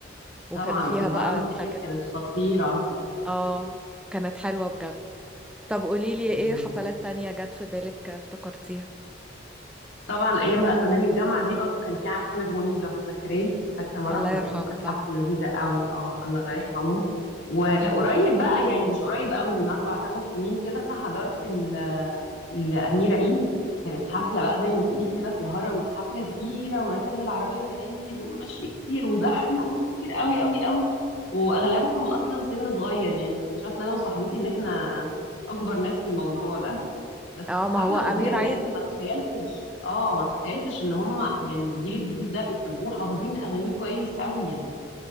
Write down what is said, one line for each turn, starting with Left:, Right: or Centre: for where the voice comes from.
Centre: وكان
Left: طبعا
Centre: فيها
Left: في الهرم
Centre: بقى
Left: دي
Centre: الحاجات
Left: اكيد كانت خطيرة
Centre: اه كانت حلوة بجد طب قوليلي
Left: مم.
Centre: ايه حفلات تانية جت في بالك افتكرتيها
Left: طبعا ايام بقى زمان الجامعه دي برضو كان في عامر منيب لو فاكراه فاكره مره
Centre: الله
Left: حضرت
Centre: يرحمه
Left: له كانت
Centre: طبعا
Left: حفله لذيذه قوي اه الله يرحمه وقريب
Centre: مم.
Left: بقى يعني مش قريب قوي من اربع خمس سنين كده حضرت ال- الامير عيد كانت حفله بقى زي ما بتقولي كده في الهرم حفله كبيره وركننا العربيه بعيد ومشي كتير وزحمه ناس كتير قوي قوي قوي واغلبهم اصلا سن صغير يعني اكتشفنا انا وصاحبتي ان احنا اكبر ناس في الموضوع ده بس
Centre: اه
Left: كانت
Centre: ما
Left: حفلة
Centre: هو أمير
Left: مبهرة
Centre: عيد
Left: لأني ما تخيلتش اه ما تخيلتش إن هم يعني الجيل الجديد ده بيحبوه حافظين أغانيه كويس قوي يعني